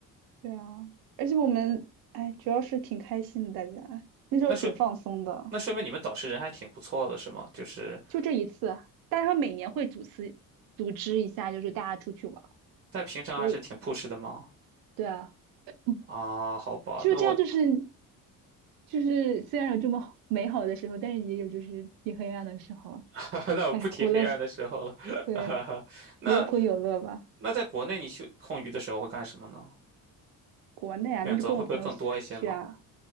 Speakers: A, on the right; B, on the right.
A: 对啊，而且我们哎，主要是挺开心的，大家那时候挺放松的，
B: 那说那说明你们导师人还挺不错的，是吗？就是。
A: 就这一次。但是他每年会组织组织一下，就是大家出去玩儿。
B: 在平常还是挺朴实的嘛。
A: 有对啊，嗯
B: 啊，好吧，
A: 就这样，
B: 那我
A: 就是就是虽然有这么 <laughs> 美好的时候，但是也有就是挺黑暗的时候啊。
B: <laughs> 那我不提黑暗的时候了。
A: 哎，苦乐，<laughs> 对，
B: <laughs> 那
A: 有苦有乐吧。
B: 那在国内你去空余的时候会干什么呢？
A: 国内啊，
B: 选择会不会更多一些吗？
A: 那就跟我朋友一起出去啊，